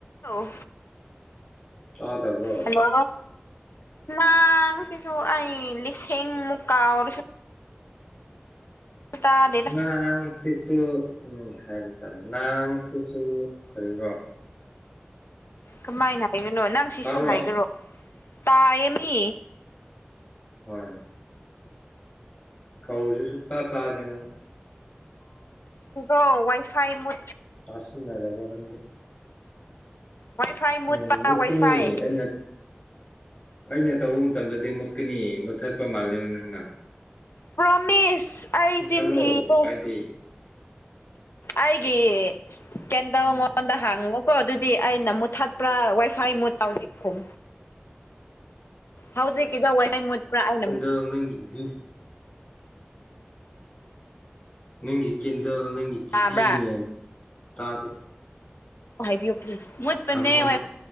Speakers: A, on the left; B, on the left.
A: ꯑꯧ
B: ꯇꯥꯗꯕ꯭ꯔꯣ
A: ꯍꯜꯂꯣ ꯅꯥꯡ ꯉꯁꯤꯁꯨ ꯑꯩ ꯂꯤꯁꯤꯡ ꯃꯨꯛ ꯀꯥꯎꯔꯁꯨ ꯇꯥꯗꯦꯗ
B: ꯉꯔꯥꯡꯒꯤ ꯁꯤꯁꯨ ꯎ ꯍꯥꯏꯕ <unintelligible> ꯅꯥꯡꯁꯤꯁꯨ ꯀꯔꯤꯔꯣ
A: ꯀꯃꯥꯏꯅ ꯍꯥꯏꯒꯅꯣ ꯅꯪ ꯁꯤꯁꯨ
B: ꯇꯥꯕ꯭ꯔꯣ
A: ꯍꯥꯏꯒꯦꯔꯣ ꯇꯥꯏꯌꯦ ꯃꯤ
B: ꯍꯣꯏ ꯀꯧꯔꯁꯨ ꯁꯨꯛꯇꯥ ꯇꯥꯗꯦ ꯅꯪ
A: ꯁꯤꯗꯣ ꯋꯥꯏ ꯐꯥꯏ ꯃꯨꯠ
B: ꯇꯥꯁꯤꯟꯅꯔꯔꯣꯏ ꯅꯪꯗꯤ
A: ꯋꯥꯏꯐꯥꯏ ꯃꯨꯠꯄ
B: ꯎꯝ ꯃꯨꯠꯀꯅꯤ
A: ꯋꯥꯏꯐꯥꯏ
B: ꯑꯩꯅ ꯑꯩꯅ ꯇꯧꯕ ꯃꯇꯝꯗꯗꯤ ꯃꯨꯠꯀꯅꯤ ꯃꯨꯠꯊꯠꯄ ꯃꯥꯜꯂꯦ ꯅꯪꯅ
A: ꯄ꯭ꯔꯣꯃꯤꯁ ꯑꯩ
B: ꯃꯨꯊꯠꯂꯣ
A: ꯆꯤꯟꯊꯤꯔꯣꯏ
B: ꯀꯥꯏꯗꯦ
A: ꯑꯩꯒꯤ ꯀꯦꯟꯗꯜ
B: ꯎꯝ
A: ꯉꯣꯟꯗ ꯍꯥꯡꯉꯣꯀꯣ ꯑꯗꯨꯗꯤ ꯑꯩꯅ ꯃꯨꯠꯊꯠꯄ꯭ꯔꯥ ꯋꯥꯏꯐꯥꯏ ꯃꯨꯠ ꯍꯧꯖꯤꯛꯈꯨꯝ ꯍꯧꯖꯤꯛꯀꯤꯗꯣ ꯋꯥꯏꯐꯥꯏ ꯃꯨꯠꯄ꯭ꯔꯥ ꯑꯩꯅ
B: ꯑꯗꯣ ꯅꯪꯒꯤ ꯖꯨꯁ ꯅꯪꯒꯤ ꯀꯦꯟꯗꯜ ꯅꯪꯅꯦ ꯖꯤꯖꯤ
A: ꯇꯥꯕ꯭ꯔꯥ
B: ꯅꯦ ꯇꯥꯗꯦ
A: ꯍꯥꯏꯕꯤꯌꯣ ꯄ꯭ꯂꯤꯁ ꯃꯨꯠꯄꯅꯦ
B: ꯍꯪꯉꯣ ꯑꯃꯔꯛ
A: ꯍꯣꯏ